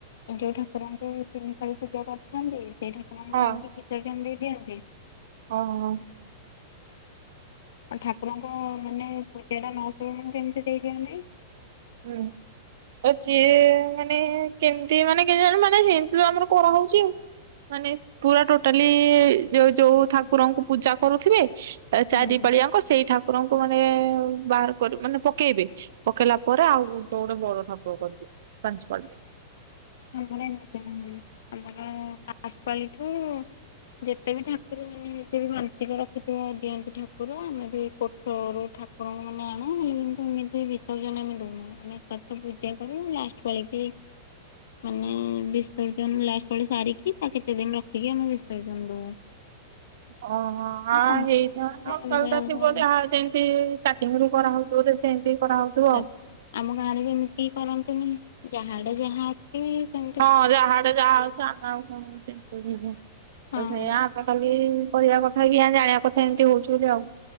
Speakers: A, on the left; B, on the right.
A: ଯୋଉ ଠାକୁରଙ୍କୁ ତିନି ପାଳି ପୂଜା କରିଥାନ୍ତି, ସେଇ ଠାକ୍ ଠାକୁରଙ୍କୁ
B: ହଁ
A: ଯାଇକି ବିସର୍ଜନ ଦେଇ ଦିଅନ୍ତି?
B: ହଁ, ହଁ।
A: ଆ ଠାକୁରଙ୍କ ମାନେ ପୂଜା ଟା ନସରୁଣୁ କେମତି ଦେଇଦିଅନ୍ତି?
B: ହୁଁ ଉଁ ତ ସିଏ ମାନେ କେମିତି ମାନେ କେଜାଣି ମାନେ ହେମତି ତ ଆମର କରାହଉଛି, ଆଉ। ମାନେ ପୁରା ଟୋଟାଲି ଯୋଉ ଯୋଉ ଠାକୁରଙ୍କୁ ପୂଜା କରୁଥିବେ? ତାପରେ
A: ହୁଁ।
B: ଚାରି ପାଳିଆଙ୍କ ସେଇ ଠାକୁରଙ୍କୁ ମାନେ ବାହାର କରୁ ମାନେ ପକେଇବେ, ପକେଇଲା ପରେ ଆଉ ଗୋଟେ ଗୋଟେ ବଡ଼ ଠାକୁର କରିବେ, ପାଞ୍ଚପାଳିରେ।
A: ଆମର ଏମିତିବି ହୁଏ, ଆମର ଆଶ୍ ପାଳିଠୁ ଯେତେବି ଠାକୁରଙ୍କୁ ନିହାତିଵି ମାନସିକ ରଖିଥିବ ଦିଅନ୍ତି ଠାକୁର, ଆମେବି ଫ୍ଲୋର୍ ରୁ ଠାକୁରଙ୍କ ମାନେ ଆଣୁ, ହେଲେ କିନ୍ତୁ ଏମିତି ବିସର୍ଜନ ଆମେ ଦଉନୁ, ଆମେ ଏକାଥ ପୂଜା କରୁ ଲାସ୍ ପାଳିକି ମାନେ ବିସର୍ଜନ ଲାଷ୍ଟ ପାଳି ସାରିକି, ତା କେତେ ଦିନ ରଖିକି ଆମେ ବିସର୍ଜନ ଦଉ।
B: ହଁ, ହଁ। ହଁ
A: ଆଉ ସମସ୍ତଙ୍କ
B: ହେଇଥା,
A: ଆଡେ
B: ଆଉ
A: ଅଲଗା
B: କାଲକା
A: ଅଲଗା
B: ଥିବ
A: ହଁ
B: ଯେ ହାଟ୍ ଏମିତି ଷ୍ଟାର୍ଟିଙ୍ଗ ରୁ କରାହଉିଚି ବୋଧେ ସେମତି କରାହଉଥିବ
A: ତାପରେ
B: ଆଉ।
A: ଆମ ଗାଁରେ ବି ଏମିତି କରନ୍ତିନି, ଯାହାଡେ଼ ଯାହା। ଏଇ ସେମ୍
B: ହଁ, ଯାହାଡେ଼ ଯାହା ଅଛି, ଆମେ ଆଉ କଣ <unintelligible>
A: ହଁ
B: ସେଇଆ କାଲି କହିବା କଥା କି ଜାଣିବା କଥା ଏମିତି ହଉଛି ବୋଲି ଆଉ।